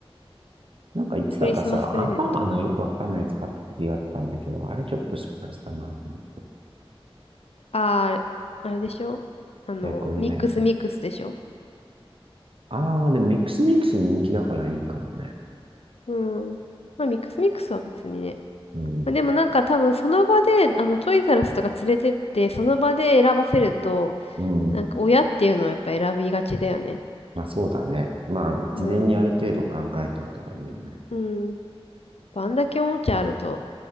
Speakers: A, on the right; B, on the left.
A: なんかいつだかさ、
B: クリスマスプレゼント。
A: アンパンマンのよくわかんないやつ買った時があったんだけど、あれちょっと失敗したなと思って。
B: あー、あれあれでしょあの、
A: やいこよのやつ。
B: ミックスミックスでしょ
A: ああ、でもミックスミックス人気だからいいかもね。
B: うん。まあミックスミックスは別にね。
A: うん。
B: まあ、でもなんか多分その場で、あの、トイザらスとか連れてって、その場で選ばせると、
A: うん。
B: なんか親っていうのはやっぱ選びがちだよね。
A: まあそうだね。まあ、事前にある程度考えておいた方がいいよね。
B: うん。うん。まあんだけおもちゃあると。